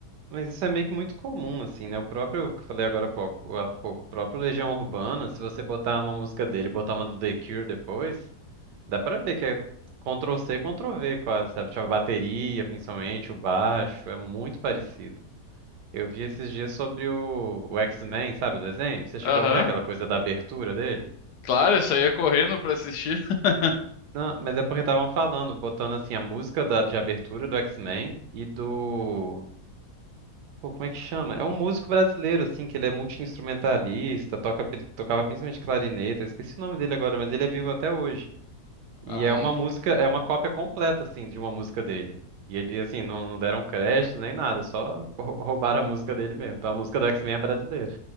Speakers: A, on the right; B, on the left.
A: mas isso é meio que muito comum, assim, né? O próprio, que eu falei agora há pouco, há pouco, o próprio Legião Urbana, se você botar uma música dele, e botar uma do The Cure depois, dá pra ver que é Ctrl-C, Ctrl-V quase, sabe? Tipo, a bateria, principalmente, o baixo, é muito parecido. Eu vi esses dias sobre o, o X-Men, sabe, o desenho? Você chegou
B: Aham.
A: a ver aquela coisa da abertura dele?
B: Claro, eu saía correndo pra assistir. <laughs>
A: Não, mas é porque estavam falando, botando assim a música da, de abertura do X-Men e do Pô, como é que chama? É um músico brasileiro, assim, que ele é multi-instrumentalista, toca, pri- tocava principalmente clarineta, eu esqueci o nome dele agora, mas ele é vivo até hoje. E
B: Ah,
A: é uma música, é uma cópia completa, assim, de uma música dele. E ele, assim, não, não deram crédito nem nada, só rou- roubaram a música dele mesmo. Então a música do X-Men é brasileira.